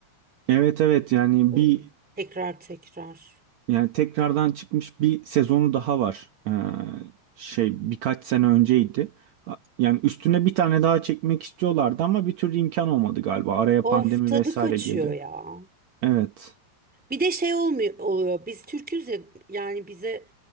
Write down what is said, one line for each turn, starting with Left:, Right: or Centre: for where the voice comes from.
Right: Evet evet yani
Centre: Ee,
Right: bir
Centre: Tekrar tekrar.
Right: yani tekrardan çıkmış bir sezonu daha var. Ee, şey birkaç sene önceydi. Ha- Yani üstüne bir tane daha çekmek istiyorlardı ama bir türlü imkan olmadı galiba. Araya
Centre: Of
Right: pandemi
Centre: tadı
Right: vesaire
Centre: kaçıyor
Right: girdi.
Centre: ya.
Right: Evet.
Centre: Bir de şey olmuyor oluyor. Biz Türküz ya yani bize